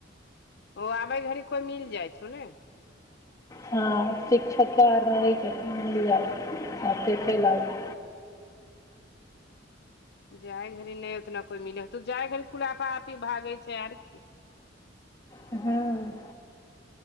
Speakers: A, on the left; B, on the left.
A: ओ आबै घड़ी कोइ मिल जाइ छौ नै
B: हँ शिक्षिका आर रहै छथिन मिल जाइ साथे चलि आबैत छियै।
A: जाय घड़ी नहि उतना कोइ मिलै होतौ जाय घड़ी कुला आपा आपी भागै छै आर की।
B: हँ हँ